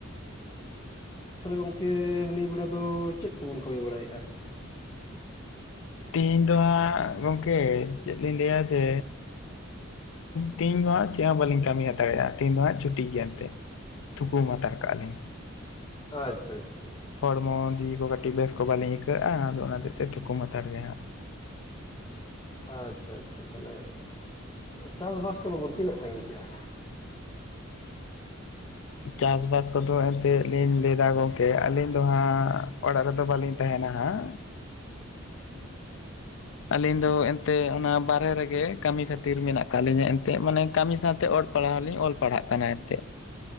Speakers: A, on the left; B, on the left.
A: ᱛᱟᱦᱚᱞᱮ ᱜᱚᱝᱠᱮ ᱱᱤᱭᱟᱹ ᱵᱮᱲᱟ ᱫᱚ ᱪᱮᱜ ᱠᱚᱵᱚᱱ ᱠᱟᱹᱢᱤ ᱵᱟᱲᱟᱭᱮᱜᱼᱟ
B: ᱛᱤᱦᱤᱧ ᱫᱚ ᱦᱟᱸᱜ ᱜᱚᱝᱠᱮ ᱪᱮᱜ ᱞᱤᱧ ᱞᱟᱹᱭᱟ ᱡᱮ ᱛᱮᱦᱤᱧ ᱫᱚ ᱦᱟᱸᱜ ᱪᱮᱜ ᱦᱚᱸ ᱵᱟᱹᱞᱤᱧ ᱠᱟᱹᱢᱤ ᱦᱟᱛᱟᱲᱮᱜ ᱟ ᱛᱮᱦᱮᱧ ᱫᱚ ᱦᱟᱸᱜ ᱪᱷᱩᱴᱤ ᱜᱮᱭᱟ ᱮᱱᱛᱮ ᱛᱷᱩᱠᱩᱢ ᱦᱟᱛᱟᱲ ᱠᱟᱜᱼᱟ ᱞᱤᱧ
A: ᱟᱪᱪᱷᱟ ᱟᱪᱪᱷᱟ
B: ᱦᱚᱲᱢᱚ ᱡᱤᱣᱤ ᱠᱚ ᱠᱟᱹᱴᱤᱡ ᱵᱮᱥ ᱠᱚ ᱵᱟᱹᱞᱤᱧ ᱟᱹᱭᱠᱟᱹᱣᱮᱜ ᱟ ᱟᱫᱚ ᱚᱱᱟ ᱛᱮᱜ ᱛᱮ ᱛᱷᱩᱠᱟᱹᱢ ᱦᱟᱛᱟᱲ ᱜᱮ ᱦᱟᱸᱜ
A: ᱟᱪᱪᱷᱟ ᱟᱪᱪᱷᱟ ᱛᱟᱦᱚᱞᱮ ᱪᱟᱥ ᱵᱟᱥ ᱠᱚᱫᱚ ᱵᱚᱱ ᱛᱤᱱᱟᱹᱜ ᱥᱟᱹᱜᱤᱧ ᱠᱮᱜᱼᱟ
B: ᱪᱟᱥᱵᱟᱥ ᱠᱚᱫᱚ ᱮᱱᱛᱮᱜ ᱞᱤᱧ ᱞᱟᱹᱭ ᱫᱟ ᱜᱚᱝᱠᱮ ᱟᱹᱞᱤᱧ ᱫᱚ ᱦᱟᱸᱜ ᱚᱲᱟᱜ ᱨᱮᱫᱚ ᱵᱟᱹᱞᱤᱧ ᱛᱟᱦᱮᱱᱟ ᱦᱟᱸᱜ᱾ ᱟᱹᱞᱤᱧ ᱫᱚ ᱮᱱᱛᱮ ᱚᱱᱟ ᱵᱟᱨᱦᱮ ᱨᱮᱜᱮ ᱠᱟᱹᱢᱤ ᱠᱷᱟᱹᱛᱤᱨ ᱢᱮᱱᱟᱜ ᱠᱟᱜ ᱞᱤᱧᱟ ᱮᱱᱛᱮ ᱢᱟᱱᱮ ᱠᱟᱹᱢᱤ ᱥᱟᱶᱛᱮ ᱯᱟᱲᱦᱟᱣ ᱦᱚᱸᱞᱤᱧ ᱚᱞ ᱯᱟᱲᱦᱟᱜ ᱠᱟᱱᱟ ᱮᱱᱛᱮᱜ